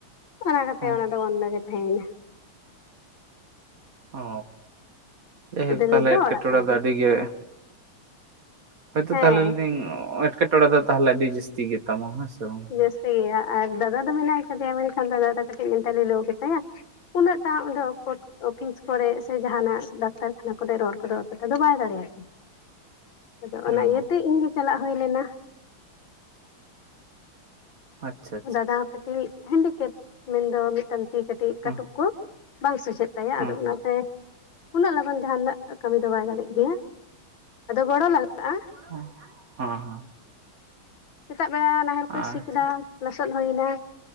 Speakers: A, on the left; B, on the right.
A: ᱚᱱᱟ ᱠᱟᱛᱮ
B: ᱦᱮᱸ
A: ᱚᱱᱟ ᱫᱚ ᱚᱱᱫᱚ ᱜᱮ ᱛᱟᱦᱮᱸᱭᱮᱱᱟ
B: ᱚ ᱡᱟᱭᱦᱳᱠ
A: ᱟᱫᱚ
B: ᱛᱟᱦᱚᱞᱮ
A: ᱱᱤᱛ ᱫᱚ
B: ᱮᱸᱴᱠᱮᱴᱚᱬᱮ
A: ᱚᱲᱟᱜ ᱠᱚᱨᱮ
B: ᱫᱚ
A: ᱜᱮ
B: ᱟᱹᱰᱤᱜᱮ ᱦᱳᱭᱛᱳ
A: ᱦᱮᱸ
B: ᱛᱟᱦᱚᱞᱮ ᱞᱟᱹᱭ ᱫᱟᱹᱧ ᱮᱴᱠᱮᱴᱚᱸᱲᱮ ᱫᱚ ᱛᱟᱦᱚᱞᱮ ᱟᱹᱰᱤ ᱡᱟᱹᱥᱛᱤ ᱜᱮᱛᱟᱢᱟ ᱦᱮᱸ ᱥᱮ ᱵᱟᱝ
A: ᱡᱟᱹᱥᱛᱤ ᱜᱮᱭᱟ ᱟᱨ ᱫᱟᱫᱟ ᱫᱚ ᱢᱮᱱᱟ ᱠᱟᱫᱮᱭᱟ ᱢᱮᱱᱠᱷᱟᱱ ᱫᱟᱫᱟ ᱫᱚ ᱠᱟᱹᱴᱤᱡ ᱢᱮᱱᱴᱟᱞᱤ ᱞᱳ ᱜᱮᱛᱟᱭᱟ ᱩᱱᱟᱹᱜᱴᱟ ᱚᱸᱰᱮ <unintelligible> <unintelligible> ᱠᱚᱨᱮ ᱥᱮ ᱡᱟᱦᱟᱱᱟᱜ ᱰᱟᱠᱛᱟᱨ ᱠᱷᱟᱱᱟ ᱠᱚᱨᱮ ᱨᱚᱲ ᱠᱚᱫᱚ ᱚᱛᱚ ᱴᱟᱜ ᱫᱚ ᱵᱟᱭ ᱫᱟᱲᱮᱭᱟᱜ ᱜᱮᱭᱟ ᱟᱫᱚ ᱚᱱᱟ
B: ᱚ
A: ᱤᱭᱟᱹᱛᱮ ᱤᱧᱜᱮ ᱪᱟᱞᱟᱜ ᱦᱩᱭ ᱞᱮᱱᱟ
B: ᱟᱪᱪᱷᱟ ᱟᱪᱪᱷᱟ
A: ᱫᱟᱫᱟ ᱦᱚᱸ ᱠᱟᱹᱴᱤᱡ ᱦᱮᱱᱰᱤᱠᱮᱯ ᱢᱮᱱᱫᱚ ᱢᱤᱫᱴᱟᱝ ᱛᱤ ᱠᱟᱹᱴᱤᱡ
B: ᱦᱮᱸ
A: ᱠᱟᱹᱴᱩᱵ
B: ᱦᱮᱸ
A: ᱠᱚ ᱵᱟᱝ ᱥᱚᱡᱷᱮᱜ ᱛᱟᱭᱟ ᱟᱫᱚ
B: ᱦᱮᱸ
A: ᱚᱱᱟᱛᱮ ᱩᱱᱟᱹᱜ ᱞᱚᱜᱚᱱ ᱡᱟᱦᱟᱱᱟᱜ ᱠᱟᱹᱢᱤ ᱫᱚ ᱵᱟᱭ ᱫᱟᱲᱮᱜ ᱜᱮᱭᱟ ᱟᱫᱚ ᱜᱚᱲᱚ ᱞᱟᱜᱟᱜᱼᱟ
B: ᱦᱚᱸ ᱦᱚᱸ
A: ᱥᱮᱛᱟᱜ ᱵᱮᱲᱟ ᱱᱟᱦᱮᱞ ᱠᱚᱭ
B: ᱟᱪᱪᱷᱟ
A: ᱥᱤ ᱠᱮᱫᱟ ᱞᱚᱥᱚᱫ ᱦᱩᱭ ᱮᱱᱟ